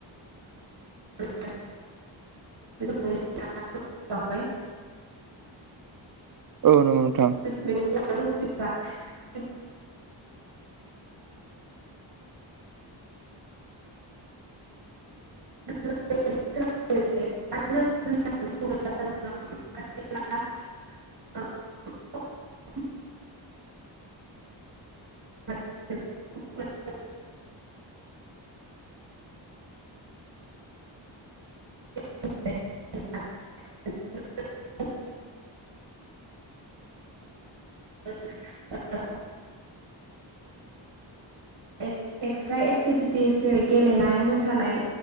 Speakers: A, on the right; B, on the right.
A: <unintelligible>
B: औ नंगौ नोंथां।
A: <unintelligible> <unintelligible> <unintelligible> <unintelligible> <unintelligible> <unintelligible> <unintelligible> एक्सट्रा एक्टिभिटिस जेरै गेलेनाय मोसानाय